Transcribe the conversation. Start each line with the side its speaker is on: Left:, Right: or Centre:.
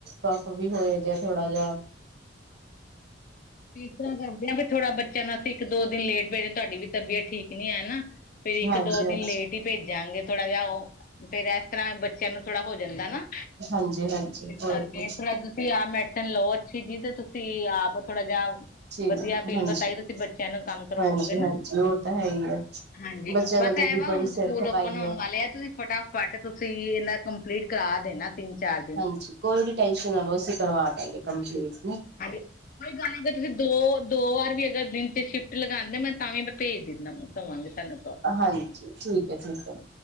Right: ਕਫ ਵੀ ਹੋਏ ਜ ਆ ਥੋੜਾ ਜਾਹਾ
Left: ਇਸ ਤਰ੍ਹਾਂ ਕਰਦੇ ਹਾਂ ਵੀ ਥੋੜਾ ਬੱਚਿਆਂ ਨੂੰ ਅਸੀਂ ਇੱਕ ਦੋ ਦਿਨ ਲੇਟ ਪਏ ਰ ਤੁਹਾਡੀ ਵੀ ਤਬੀਅਤ ਠੀਕ ਨੀ ਹੈ ਨਾ ਫੇਿਰ ਇੱਕ
Right: ਹਾਂਜੀ
Left: ਦੋ
Right: ਹਾਂਜੀ
Left: ਦਿਨ ਲੇਟ ਭੇਜਾਂਗੇ ਥੋੜਾ ਜਾਿਹਾ ਉਹ ਫੇਿਰ ਇਸ ਤਰ੍ਹਾਂ ਬੱਚਿਆਂ ਨੂੰ ਥੋੜਾ ਹੋ ਜਾਂਦਾ ਨਾ
Right: ਹਾਂਜੀ ਹਾਂਜੀ
Left: ਇਸ
Right: ਕੋਈ
Left: ਕਰਕੇ
Right: ਨੀ
Left: ਥੋੜਾ ਤੁਸੀਂ ਆਹ ਮੈਡੀਸਨ ਲਓ ਅੱਛੀ ਜੀ ਤੇ ਤੁਸੀਂ ਆਪ ਥੋੜ੍ਹਾ ਜਾਿਹਾ
Right: ਠੀਕ
Left: ਵਧੀਆ ਫੀਲ
Right: ਹਾਂਜੀ
Left: ਕਰੋ ਤ ਹੀ ਤੁਸੀਂ ਬੱਚਿਆਂ ਨੂੰ ਕੰਮ ਕਰਵਾਓਗੇ
Right: ਹਾਂਜੀ
Left: ਨਾ
Right: ਹਾਂਜੀ ਉਹ ਤਾਂ ਹੈ ਹੀ ਹੈ
Left: ਹਾਂਜੀ
Right: ਬੱਚਿਆਂ
Left: ਬਸ
Right: ਨੂੰ ਤੇ
Left: ਐ
Right: ਵੀ
Left: ਵ
Right: ਬੜੀ
Left: ਹੁਣ
Right: ਸਿਰ
Left: ਸਕੂਲ
Right: ਖਪਾਈ
Left: ਓਪਨ ਹੋਣ
Right: ਹੈ
Left: ਵਾਲੇ ਆ ਤੁਸੀਂ ਫਟਾਫਟ ਤੁਸੀਂ, ਇਹਨਾ ਕੰਪਲੀਟ ਕਰਾ ਦੇਣਾ। ਤਿੰਨ-ਚਾਰ
Right: ਹਾਂਜੀ, ਕੋਈ ਵੀ ਟੈਨਸ਼ਨ ਨਾ ਲੋ, ਅਸੀਂ ਕਰਵਾ ਦਾਂਗੇ ਕੰਪਲੀਟ।
Left: ਹਾਂਜੀ <unintelligible> ਕੋਈ ਗੱਲ ਨੀ, ਤੁਸੀਂ ਦੋ-ਦੋ ਵਾਰ ਵੀ ਅਗਰ ਦਿਨ'ਚ ਸ਼ਿਫਟ ਲਗਾਂਦੇ ਹੋ, ਮੈਂ, ਤਾਂ ਵੀ ਮੈਂ ਭੇਜ ਦੇਣਾ ਵੇ। ਹੋਵਾਂਗੇ ਸਾੰਨੂ
Right: ਹਾਂਜੀ, ਠੀਕ ਹੈ, ਠੀਕ ਹੇ।